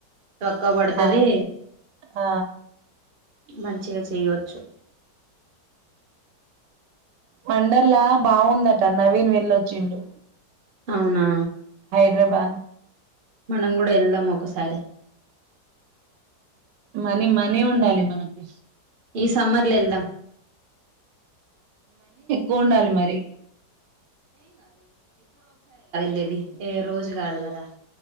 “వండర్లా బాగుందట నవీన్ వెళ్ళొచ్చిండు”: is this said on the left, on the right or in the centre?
Right